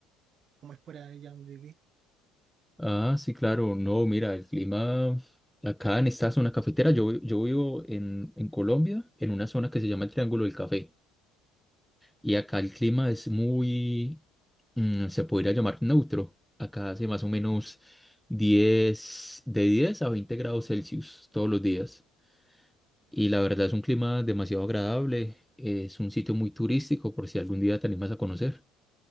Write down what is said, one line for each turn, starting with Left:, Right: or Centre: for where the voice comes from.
Right: cómo es por allá donde vivís?
Centre: Ah, sí, claro, no, mira, el clima acá en esta zona cafetera, yo, vi- yo vivo en, en Colombia, en una zona que se llama el Triángulo del Café, y acá el clima es muy, mm, se podría llamar neutro. Acá hace más o menos 10 de 10 a 20 grados Celsius todos los días. Y la verdad es un clima demasiado agradable. Es un sitio muy turístico por si algún día te animas a conocer.